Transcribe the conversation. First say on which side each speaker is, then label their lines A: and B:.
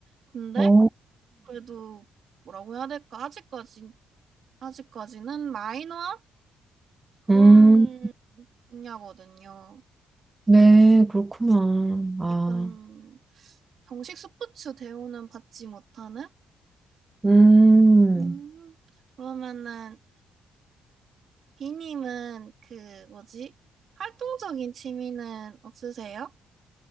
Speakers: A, on the right; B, on the right.
A: 근데,
B: 어.
A: 그래도 뭐라고 해야 될까? 아직까지, 아직까지는 마이너한 음. 그런
B: 음,
A: 분야거든요.
B: 네, 그렇구나. 아.
A: 약간 정식 스포츠 대우는 받지 못하는?
B: 음,
A: 음, 그러면은 비님은 그 뭐지? 활동적인 취미는 없으세요?